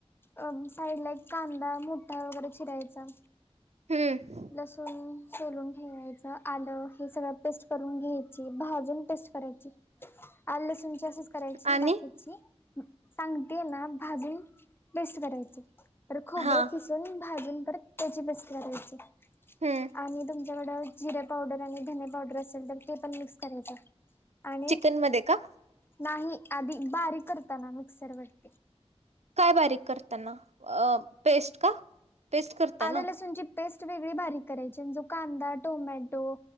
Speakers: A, on the left; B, on the right.
A: अ साईडला एक कांदा मोठा वगैरे चिरायचा.
B: हम्म
A: लसूण सोलून ठेवायचं आलं हे सगळं पेस्ट करून घ्यायची भाजून पेस्ट करायची
B: <inaudible>
A: आल लसूणची असशीच करायची
B: आणि
A: बाकीची सांगते ना भाजून बेस्ट करायच तर खोबरं
B: हा
A: ख भाजून परत त्याची बस् करायची
B: हम्म
A: आणिम डं जिरे पावडर आणि धन पावडर असेल तर ते पण मिक्स करायचं आणि
B: चिकन मध्ये का
A: नाही आधी बारीक करताना मिक्सरवरती.
B: काय बारीक करताना पेस्ट का? पेस्ट करता
A: आले
B: ना
A: लसूणची पेस्ट वेगळी बारीक करायची म्ह जो कांदा, टोमॅटो,